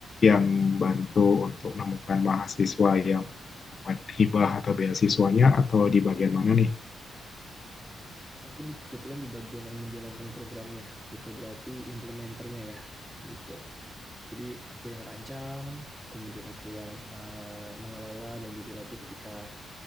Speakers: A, on the left (about 40°); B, in the centre.
A: yang bantu untuk menemukan mahasiswa yang dapat hibah atau beasiswanya, atau di bagian mana nih?
B: Kalau aku di, kebetulan di bagian yang menjalankan programnya, gitu. Berarti implementernya ya, gitu. Jadi aku yang rancang, kemudian aku yang uh, mengelola dan juga nanti ketika